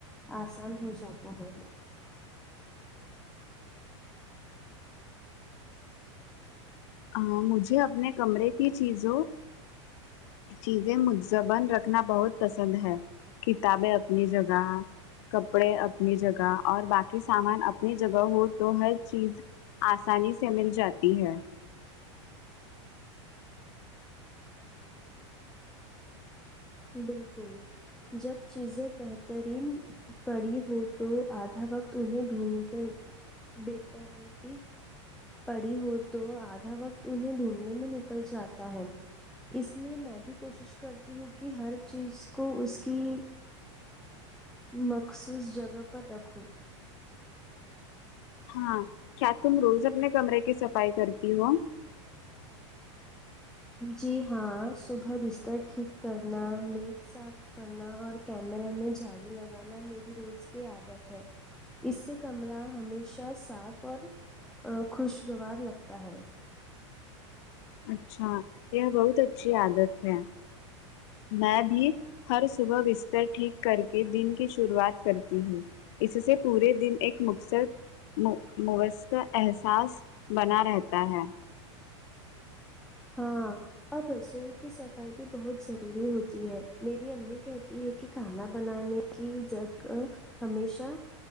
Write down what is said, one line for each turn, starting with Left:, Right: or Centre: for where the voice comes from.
Centre: آسان ہو جاتا ہے
Left: ا مجھے اپنے کمرے کی چیزوں چیزیں مدزبن رکھنا بہت پسند ہے کتابیں اپنی جگہ کپڑے اپنی جگہ اور باقی سامان اپنی جگہ ہو تو ہر چیز آسانی سے مل جاتی ہے
Centre: بالکل جب چیزیں بہترین پڑی ہو تو آدھا وقت انہیں ڈھونڈتے بےترب بھی پڑی ہو تو آدھا وقت انہیں ڈھونڈنے میں نکل جاتا ہے اس لیے میں بھی کوشش کرتی ہوں کہ ہر چیز کو اس کی مخصوص جگہ پر رکھو
Left: ہاں کیا تم روز اپنے کمرے کی صفائی کرتی ہو
Centre: جی ہاں صبح بستر ٹھیک کرنا میز صاف کرنا اور کیمرے میں جھاڑو لگانا میری روز کی عادت ہے اس سے کمرہ ہمیشہ صاف اور خوشگوار لگتا ہے
Left: اچھا یہ بہت اچھی عادت ہے میں بھی ہر صبح بستر ٹھیک کر کے دن کی شروعات کرتی ہوں اس سے پورے دن ایک مقصد مؤ موصط احساس بنا رہتا ہے
Centre: ہاں اور رسوئی کی صفائی بھی بہت ضروری ہوتی ہے میری امی کہتی ہے کہ کھانا بنانے کی جگہ ہمیشہ